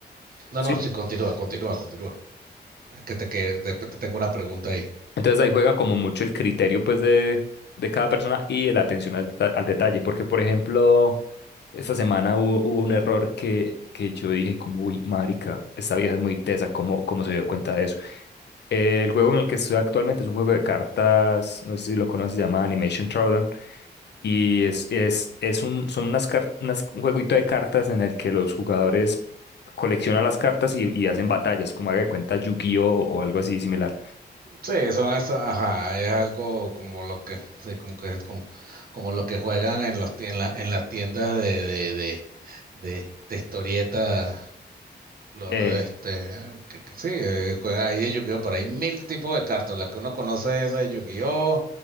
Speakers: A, on the right; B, on the left.
A: no,
B: sí.
A: no, sí, continúa, continúa, continúa. Que te que después te tengo una pregunta ahí.
B: Entonces ahí juega como mucho el criterio pues de, de cada persona y la atención al, deta- al detalle, porque por ejemplo... Esta semana hubo, hubo un error que, que yo dije como, uy, marica, esta vieja es muy tesa, ¿cómo, cómo se dio cuenta de eso? Eh, el juego en el que estoy actualmente es un juego de cartas, no sé si lo conoces, se llama Animation Drawdown, y es, es, es un, son unas, car- unas- un jueguito de cartas en el que los jugadores coleccionan las cartas y, y hacen batallas, como haga de cuenta Yu-Gi-Oh o algo así similar.
A: Sí, son eso, ajá, es algo como lo que, sí, como que es como, como lo que juegan en los tien- en la- en las tiendas de, de, de, de, de historieta Lo,
B: Eh,
A: este, que, que sí, eh, juegan ahí de Yu-Gi-Oh! Pero hay mil tipos de cartas. La que uno conoce es esa de Yu-Gi-Oh!